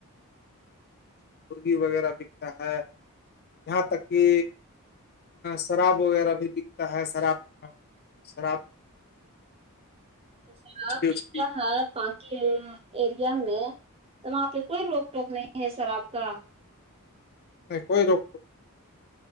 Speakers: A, on the left (about 45°); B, on the right (about 25°).
A: مرغی وغیرہ بکتا ہے جاں تک کہ شراب وغیرہ بھی بکتا ہے شراب شر آاب
B: تو سب د
A: وچھلی
B: کیا ہات بااک ایریا میں تو وہاں پہ کوئی روک ٹوک نہیں ہے سر آپ کا
A: نہیں کوئی روک تو